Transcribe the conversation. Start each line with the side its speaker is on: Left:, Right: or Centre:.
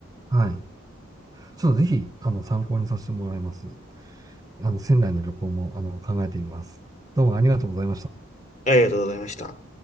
Right: はい。ちょっとぜひ、あの、参考にさせてもらいます。あの、仙台の旅行も、あの、考えてみます。どうもありがとうございました。
Left: ありがとうございました。